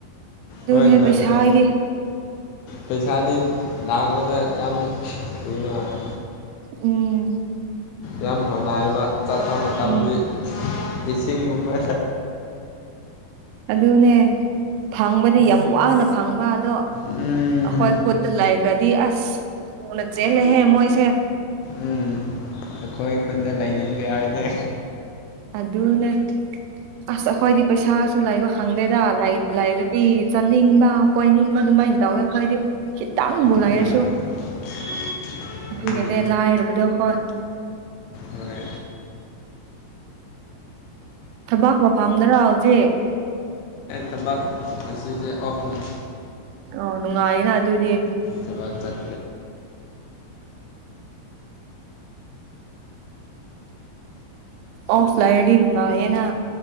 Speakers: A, on the right (about 80°); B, on the left (about 80°).
A: ꯑꯗꯨꯅꯦ
B: ꯍꯣꯏ ꯍꯣꯏ
A: ꯄꯩꯁꯥ
B: ꯍꯣꯏ
A: ꯍꯥꯏꯗꯤ
B: ꯄꯩꯁꯥꯗꯤ ꯂꯥꯛꯄꯗ ꯌꯥꯝ ꯅ ꯍꯥꯏ
A: ꯎꯝ
B: ꯌꯥꯝ ꯍꯣꯅ ꯍꯥꯏꯕ ꯆꯠꯄ ꯃꯇꯝꯗꯤ
A: ꯎꯝ
B: ꯏꯁꯤꯡꯒꯨꯝꯕ
A: ꯑꯗꯨꯅꯦ ꯐꯪꯕꯗꯤ ꯌꯥꯝ ꯋꯥꯅ ꯐꯪꯕ ꯑꯗꯣ
B: ꯎꯝ
A: ꯑꯩꯈꯣꯏ ꯈꯨꯣꯠꯇ ꯂꯥꯏꯈ꯭ꯔꯗꯤ ꯑꯁ ꯊꯨꯅ ꯆꯦꯜꯂꯦꯍꯦ ꯃꯣꯏꯁꯦ
B: ꯎꯝ ꯑꯩꯈꯣꯏ ꯑꯩ ꯈꯨꯟꯗ ꯂꯩꯅꯤꯡꯗꯦ ꯍꯥꯏꯔꯦ
A: ꯑꯗꯨ ꯑꯗꯨ ꯅ ꯑꯁ ꯑꯩꯈꯣꯏꯗꯤ ꯄꯩꯁꯥꯁꯨ ꯂꯩꯕ ꯈꯪꯗꯦꯗ ꯂꯩꯔꯗꯤ ꯆꯥꯅꯤꯡꯕ ꯀꯣꯏꯅꯤꯡꯕ ꯑꯗꯨ ꯀꯃꯥꯏꯅ ꯇꯧꯒꯦ ꯑꯩꯈꯣꯏꯗꯤ ꯈꯤꯇꯪꯕꯨ ꯂꯩꯔꯁꯨ
B: ꯍꯣꯏ <inaudible>
A: ꯑꯗꯨꯒꯤꯅꯦ
B: ꯎꯝ
A: ꯂꯥꯏꯔꯨꯕꯗꯣ ꯍꯣꯏ
B: ꯍꯣꯏ
A: ꯊꯕꯛ ꯃꯐꯝꯗꯔ ꯍꯧꯖꯤꯛ
B: ꯇꯕꯛ ꯁꯤꯁꯦ ꯑꯣꯐ ꯅ
A: ꯑꯣ ꯉ ꯑꯏꯩꯅ ꯑꯗꯨꯕꯨꯗꯤ
B: ꯆꯕꯥꯥꯛ ꯆꯠ
A: ꯑꯣꯐꯂꯥꯏ ꯑꯗꯤꯩꯅꯨꯉ ꯌꯦꯅꯥ